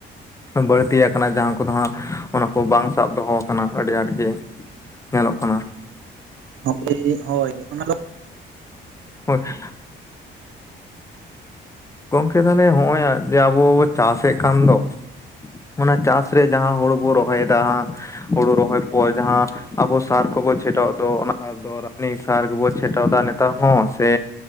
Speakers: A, on the left; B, on the right.
A: ᱵᱟᱹᱲᱛᱤᱭᱟ ᱟᱠᱟᱱᱟ ᱡᱟᱦᱟᱸ ᱠᱚᱫᱚ ᱦᱟᱸᱜ ᱚᱱᱟ ᱠᱚ ᱵᱟᱝ ᱥᱟᱵ ᱫᱚᱦᱚ ᱟᱠᱟᱱᱟ ᱟᱹᱰᱤ ᱟᱸᱴ ᱜᱮ ᱧᱮᱞᱚᱜ ᱠᱟᱱᱟ ᱾
B: ᱟᱞᱤᱧ <unintelligible> ᱦᱳᱭ ᱚᱱᱟ
A: <unintelligible> ᱜᱚᱝᱠᱮ ᱛᱟᱦᱚᱞᱮ ᱱᱚᱜᱼᱚᱭ ᱡᱮ ᱟᱵᱚ ᱵᱚ ᱪᱟᱥᱼᱮᱫ ᱠᱟᱱ ᱫᱚ ᱚᱱᱟ ᱪᱟᱥᱨᱮ ᱡᱟᱦᱟᱸ ᱦᱩᱲᱩ ᱵᱚ ᱨᱚᱦᱚᱭ ᱮᱫᱟ ᱦᱩᱲᱩ ᱨᱚᱦᱚᱭ ᱯᱚᱨ ᱡᱟᱦᱟᱸ ᱟᱵᱚ ᱥᱟᱨ ᱠᱚᱵᱚ ᱪᱷᱟᱴᱟᱣ ᱫᱚ ᱚᱱᱟ ᱫᱚ ᱨᱟᱱᱤ ᱥᱟᱨ ᱜᱮᱵᱚ ᱪᱷᱟᱴᱟᱣᱮᱫᱟ ᱱᱮᱛᱟᱨ ᱦᱚᱸ ᱥᱮᱼᱼ